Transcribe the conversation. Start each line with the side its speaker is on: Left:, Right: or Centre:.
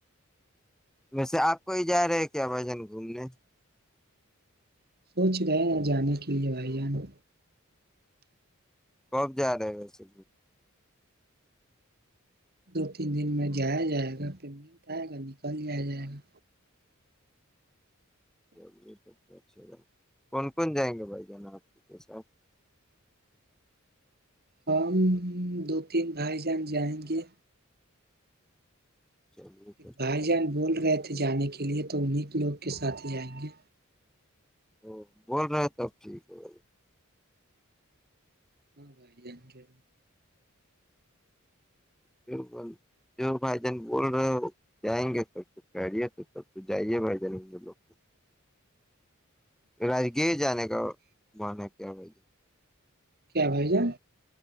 Centre: ویسے آپ کو ہی جا رہے کیا بھجن گھومنے
Right: کچھ گئے نا جانے کے لیے بھائی جانو
Centre: کب جا رہے ہیں ویسے
Right: دو تین دن میں جایا جائے گا پیمنٹ آئے گا نکل جایا جائے گا
Centre: چے سب تو اچھے گا کون کون جائیں گے بھائی جانا آپ کے ساتھ
Right: ہم دو تین بھائی جان جائیں گے
Centre: چلیے
Right: ایک بھائی جان بول رہے تھے جانے کے لیے تو انہ لوگ کے ساتھ ہی جائیں گے
Centre: ا بول رہے ہیں تب ٹھیک ہے ب
Right: ہاں بھائی آ کے
Centre: جو جو بھائی جان بول رہے ہو جائیں گے سب کہہے تو سب تو جائیے بھائی جان م لوگ
Right: ہاں
Centre: راگیر
Right: بھائی جان
Centre: جانے
Right: چل
Centre: کا
Right: جائیں
Centre: بے کا کیا بائیے
Right: کیا بھائی جان